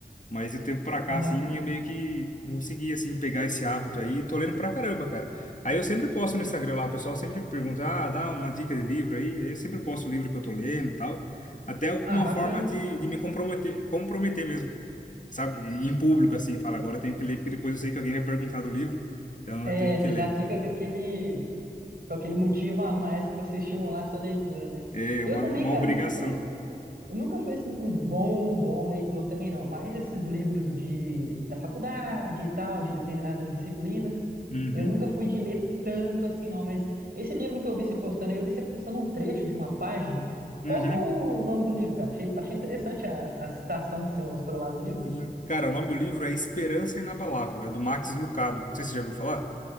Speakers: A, on the left; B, on the right.
A: Mas de um tempo pra cá,
B: aham.
A: assim, eu meio que consegui, assim, pegar esse hábito aí. Tô lendo pra caramba, cara. Aí eu sempre posto no Instagram lá, o pessoal sempre pergunta, ah, dá uma dica de livro aí. Aí eu sempre posto o livro que eu tô lendo e tal. Até uma
B: Ah, bacana.
A: forma de, de me comprometer, comprometer mesmo, sabe? Em público, assim, fala, agora eu tenho que ler, porque depois eu sei que alguém vai perguntar do livro. Então
B: É,
A: eu tenho que
B: você
A: ler.
B: já fica com aquele, com aquele motivo a mais pra você estimular a sua leitura, né?
A: É
B: Eu
A: uma,
B: também,
A: uma
B: cara,
A: obrigação.
B: nunca fui. Eu nunca fui assim um bom, bom leitor também não, mas esses livros de da faculdade e tal, de determinadas disciplinas,
A: Uhum.
B: eu nunca fui de ler tanto assim não, mas esse livro que eu vi você postando, aí, eu vi você postando um trecho de uma página.
A: Uhum.
B: Qual que é o nome do livro, cara? Achei, achei interessante a, a citação que você mostrou lá do livro.
A: Sim. Cara, o nome do livro é Esperança Inabalável. É do Max Lucado. Não sei se você já ouviu falar.